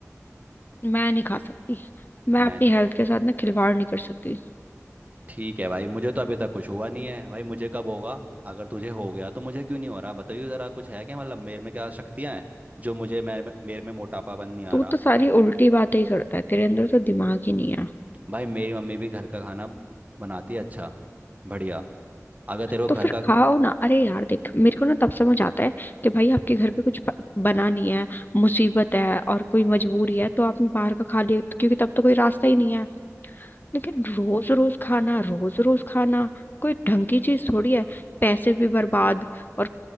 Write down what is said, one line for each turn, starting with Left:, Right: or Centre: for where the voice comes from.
Left: मैं नहीं खा सकती मैं
Right: मैंने
Left: अपनी हेल्थ के साथ ना खिलवाड़ नहीं कर सकती
Right: ठीक है भाई मुझे तो अभी तक कुछ हुआ नहीं है भाई मुझे कब होगा अगर तुझे हो गया तो मुझे क्यों नहीं हो रहा बताइए ज़रा कुछ है क्या मतलब मेरे में क्या शक्तियाँ हैं जो मुझे मेरे में मेरे में मोटापापन नहीं आ
Left: तू
Right: रहा
Left: तो सारी उल्टी बातें ही करता है तेरे अंदर तो दिमाग ही नहीं है
Right: भाई मेरी मम्मी भी घर का खाना बनाती है अच्छा बढ़िया अगर तेरे को
Left: तो
Right: घर
Left: फिर
Right: का
Left: खाओ ना अरे यार देख मेरे को ना तब समझ आता है कि भाई आपके घर पे कुछ प- बना नहीं है मुसीबत है और कोई मजबूरी है तो आपने बाहर का खा लिया क्योंकि तब तो कोई रास्ता ही नहीं है लेकिन रोज रोज खाना रोज रोज खाना कोई ढंग की चीज थोड़ी है पैसे भी बर्बाद और